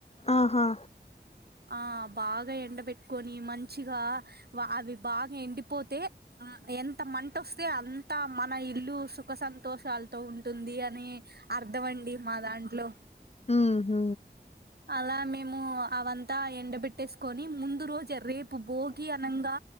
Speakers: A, on the left; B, on the right.
A: ఆహా!
B: ఆ బాగా ఎండ పెట్టుకొని మంచిగా అవి బాగా ఎండిపోతే ఆ ఎంత మంట వస్తే అంత మన ఇల్లు సుఖ సంతోషాలతో ఉంటుంది అని అర్థమండి మా దాంట్లో
A: మ్ హు
B: అలా మేము అవంతా ఎండబెట్టేసుకొని ముందు రోజు రేపు భోగి అనగా